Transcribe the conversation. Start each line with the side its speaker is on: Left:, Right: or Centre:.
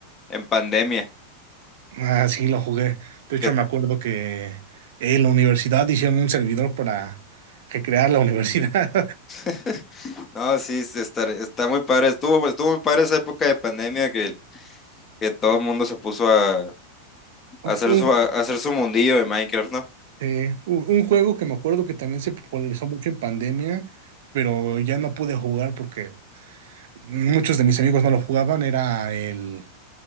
Left: en pandemia.
Right: Ah, sí, lo jugué. De hecho,
Left: que-
Right: me acuerdo que en la universidad hicieron un servidor para recrear la universidad.
Left: <laughs> No, sí, sí, está, está muy padre. Estuvo, estuvo muy padre esa época de pandemia que que todo el mundo se puso a, a
Right: <laughs>
Left: hacer
Right: Un,
Left: su, a hacer su mundillo de Minecraft, ¿no?
Right: eh, un- un juego que me acuerdo que también se popularizó mucho en pandemia, pero ya no pude jugar porque muchos de mis amigos no lo jugaban. Era el,